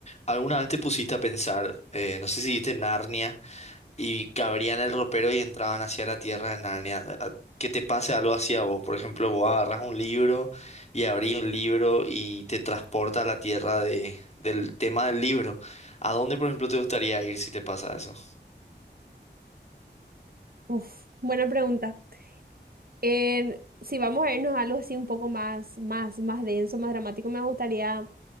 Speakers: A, on the left (about 35°); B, on the right (about 55°).
A: ¿Alguna vez te pusiste a pensar, eh, no sé si viste Narnia y cabrían el ropero y entraban hacia la tierra de Narnia? a- Que te pase algo así a vos, por ejemplo, vos agarras un libro y abrís un libro y te transporta a la tierra de, del tema del libro. ¿A dónde, por ejemplo, te gustaría ir si te pasa eso?
B: Uf, buena pregunta. En- si vamos a irnos a algo así un poco más, más, más denso, más dramático, me gustaría